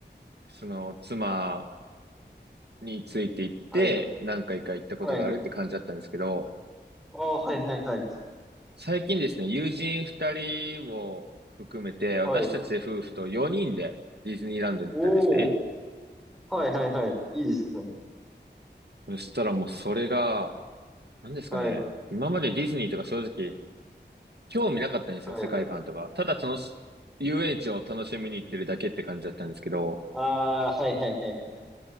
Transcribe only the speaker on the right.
その、妻について行って何回か行ったことがあるって感じだったんですけど、
最近ですね、友人二人を含めて、私たち夫婦と四人でディズニーランドに行ったんですね。
そしたらもうそれが、何ですかね、
今までディズニーとか正直興味なかったんですよ、
世界観とか。ただ楽し、遊園地を楽しみに行ってるだけって感じだったんですけど、